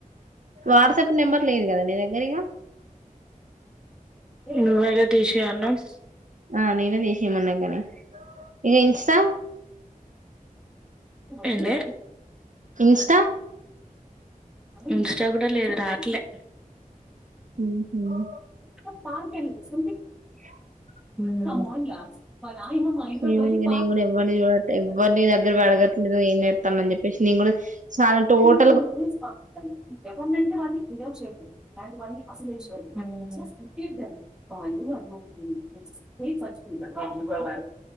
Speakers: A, on the right (about 60°); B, in the centre.
A: వాట్సాప్ నెంబర్ లేదు కదా నీ దగ్గర ఇగా
B: నువ్వేగా తీసేయ్ అన్నావు
A: ఆ నేను తీసేయమన్నాగనే ఇగ ఇన్స్టా
B: ఏంది
A: ఇన్స్టా
B: ఇన్స్టా కూడా లేదు రాట్లే
A: ఉహు.
B: <unintelligible>
A: <unintelligible>
B: హు
A: ఏమో ఇగ నేను కూడా ఎవరి ఎవరిని దగ్గర అడగట్లేదు ఏం చేత్తన్నావ్ అని చెప్పేసి నేను కూడా చాలా టోట
B: <unintelligible> ఎవరినంటే వన్నీ యూస్ చేయకు <unintelligible> ఉ